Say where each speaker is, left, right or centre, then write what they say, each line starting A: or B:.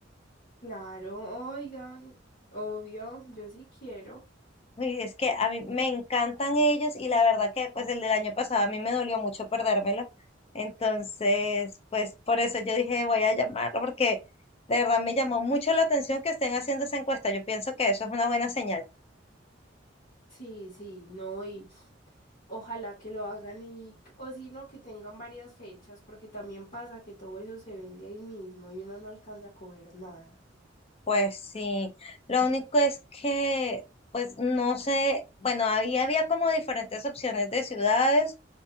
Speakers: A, on the left; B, on the left.
A: Claro, oigan, obvio, yo sí quiero.
B: Y es que a mí me encantan ellos y la verdad que pues el del año pasado a mí me dolió mucho perdérmelo. Entonces, pues por eso yo dije, voy a llamarlo porque de verdad me llamó mucho la atención que estén haciendo esa encuesta. Yo pienso que eso es una buena señal.
A: Sí, sí, no, y ojalá que lo hagan y, o si no, que tengan varias fechas, porque también pasa que todo eso se vende ahí mismo y uno no alcanza a coger nada.
B: Pues sí, lo único es que, pues no sé, bueno, había, había como diferentes opciones de ciudades.